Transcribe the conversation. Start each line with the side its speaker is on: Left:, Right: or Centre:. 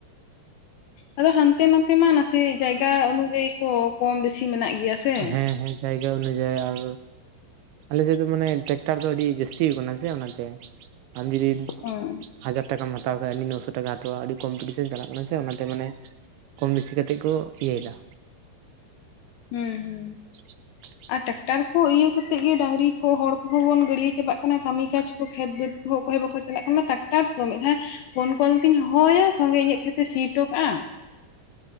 Left: ᱟᱫᱚ ᱦᱟᱱᱛᱮ ᱱᱟᱛᱮ ᱢᱟ ᱱᱟᱥᱮ ᱡᱟᱭᱜᱟ ᱚᱱᱩᱡᱟᱭᱤ ᱠᱚ ᱠᱚᱢ ᱵᱮᱥᱤ ᱢᱮᱱᱟᱜ ᱜᱮᱭᱟ ᱥᱮ
Right: ᱦᱮᱸ ᱦᱮᱸ ᱡᱟᱭᱜᱟ ᱚᱱᱩᱡᱟᱭᱤ ᱟᱨ ᱟᱞᱮ ᱥᱮᱫ ᱫᱚ ᱢᱟᱱᱮ ᱴᱮᱠᱴᱟᱨ ᱫᱚ ᱟᱹᱰᱤ ᱡᱟᱹᱥᱛᱤ ᱠᱟᱱᱟ ᱥᱮ ᱚᱱᱟ ᱛᱮ ᱟᱢ ᱡᱩᱫᱤ
Left: ᱚ ᱦᱩᱸ
Right: ᱦᱟᱡᱟᱨ ᱴᱟᱠᱟᱢ ᱦᱟᱛᱟᱣ ᱠᱷᱟᱡ ᱩᱱᱤ ᱱᱚᱥᱚ ᱴᱟᱠᱟ ᱦᱟᱛᱟᱣᱟ ᱟᱹᱰᱤ ᱠᱚᱢᱯᱤᱴᱤᱥᱮᱱ ᱪᱟᱞᱟᱜ ᱠᱟᱱᱟ ᱥᱮ ᱚᱱᱟᱛᱮ ᱢᱟᱱᱮ ᱠᱚᱢ ᱵᱮᱥᱤ ᱠᱟᱛᱮᱫ ᱠᱚ ᱤᱭᱟᱹᱭ ᱫᱟ
Left: ᱦᱮᱸ ᱦᱩᱸ
Right: <inaudible>
Left: ᱟᱨ ᱴᱨᱟᱠᱴᱟᱨ ᱠᱚ ᱤᱭᱟᱹ ᱠᱟᱛᱮᱫ ᱜᱮ ᱰᱟᱝᱨᱤ ᱠᱚ ᱦᱚᱲ ᱠᱚᱦᱚᱸ ᱵᱚᱱ ᱜᱟᱹᱲᱭᱟᱹ ᱪᱟᱵᱟᱜ ᱠᱟᱱᱟ ᱠᱟᱹᱢᱤ ᱠᱟᱡ ᱠᱚ ᱠᱷᱮᱛ ᱵᱟᱹᱫ ᱚᱠᱚᱭ ᱵᱟᱠᱚ ᱪᱟᱞᱟᱜ ᱠᱟᱱᱟ ᱴᱟᱠᱴᱟᱨ ᱛᱚ ᱢᱤᱫ ᱫᱷᱟᱣ ᱯᱷᱳᱱ ᱠᱚᱞ ᱛᱮᱧ ᱦᱚᱦᱚ ᱭᱟ ᱥᱚᱸᱜᱮ ᱤᱧᱟᱹᱜ ᱠᱷᱮᱛ ᱥᱤ ᱦᱚᱴᱚ ᱠᱟᱜᱼᱟ